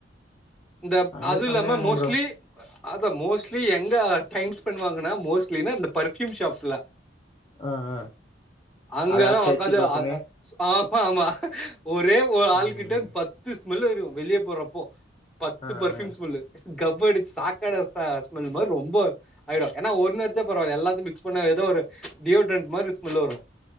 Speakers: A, in the centre; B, on the left.
A: இந்த
B: அங்க
A: அது
B: செம்மையா
A: இல்லாம
B: இருக்கு
A: மோஸ்ட்லி
B: ப்ரோ
A: அதா மோஸ்ட்லி எங்க டைம் ஸ்பெண்ட் வாங்கனா மோஸ்ட்லினா இந்த பர்ஃப்யூம் ஷாப்ஸ்ல
B: ஆ ஆ
A: அங்கதா
B: அத அச்சு
A: உக்காந்து
B: அச்சு பாத்துன்னு
A: அ அத் ஆமா ஆமா ஒரே ஒரு ஆளுக்கிட்டருந்து
B: ம் ம்
A: பத்து ஸ்மெல் வரு வெளிய போறப்போ பத்து
B: ஆ
A: பர்ஃயூம்
B: ஆ
A: ஸ்மெல்லு கப் அடிச்சு சாக்காட சா ஸ்மெல் மாரி ரொம்ப ஆயிடு ஏனா ஒன்னடுச் சா பரவால்ல எல்லாத்தையு மிக்ஸ் பண்ண ஏதோ ஒரு டியோ ட்ரெண்ட் மாரி ஸ்மெல் வரு